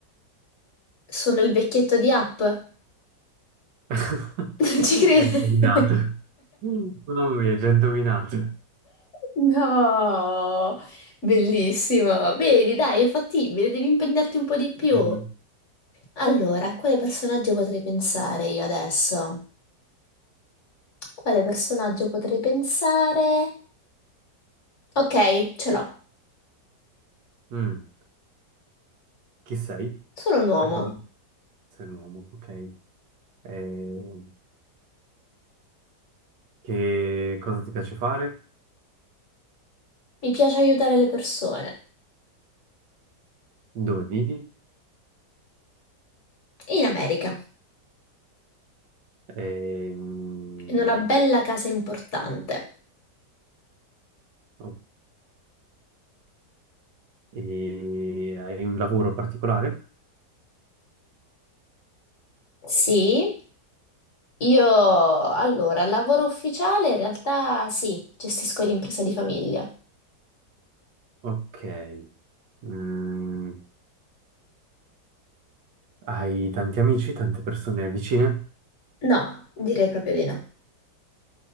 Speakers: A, on the left; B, on the right.
A: Sono il vecchietto di App? <laughs>
B: <laughs>
A: Non ci credo.
B: Hai indovinato.
A: <laughs>
B: Mamma mia, già indovinato.
A: No, bellissimo. Vedi, dai, è fattibile, devi impegnarti un po' di più.
B: Mhm.
A: Allora, a quale personaggio potrei pensare io adesso? Quale personaggio potrei pensare? Ok, ce l'ho.
B: Mm. Chi sei?
A: Sono un uomo.
B: Cioè, cosa... Sei un uomo, ok. Eh, che cosa ti piace fare?
A: Mi piace aiutare le persone.
B: Dove vivi?
A: In America,
B: Ehm,
A: in una bella casa importante.
B: ok. E hai un lavoro particolare?
A: Sì, io allora, lavoro ufficiale in realtà sì, gestisco l'impresa di famiglia.
B: Ok. Mm, Hai tanti amici, tante persone vicine?
A: No, direi proprio di no.